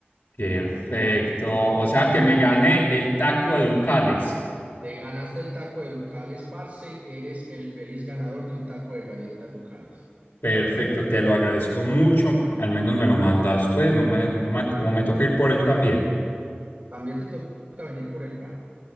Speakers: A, on the left; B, on the right.
A: perfecto. O sea que me gané el taco de Ducales.
B: Te ganaste el taco de Ducales, parce, eres el feliz ganador de un taco de galletas Ducales.
A: Perfecto, te lo agradezco mucho. Al menos me lo mandas, pues, no me, no me, o me toca ir por él también.
B: También te toca venir por el pan.